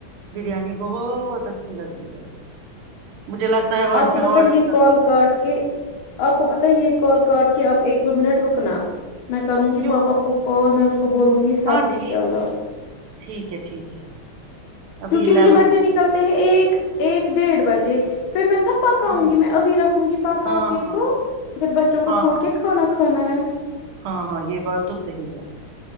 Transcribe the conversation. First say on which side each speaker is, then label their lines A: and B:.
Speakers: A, on the right; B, on the left.
A: بریانی بہت اچھی لگتی ہے مجھے لگتا ہے آج
B: آپ کو
A: میں
B: پتا
A: آرڈر
B: ہے یہ
A: کر
B: کال کاٹ کے آپ کو پتا یہ کال کاٹ کے اپ ایک دو منٹ رکنا میں کروں گی
A: کیوں
B: پاپا کو کال میں اس کو بولوں گی سبزی
A: ہاں ٹھیک
B: کیا لاؤ
A: ٹھیک ہے ٹھیک ہے ابھی
B: کیونکہ
A: الیون
B: مجھے بچے
A: ہو
B: نکلتے ہیں ایک ایک ڈیڑھ بجے پھر میں کب پکاؤں
A: گئے،
B: گی میں ابھی رکھوں گی پکا
A: ہاں
B: کے
A: ہاں
B: تو پھر بچوں کو
A: ہاں
B: چھوڑ کے کھانا کھانا ہے
A: ہاں ہاں یہ بات تو صحی ہے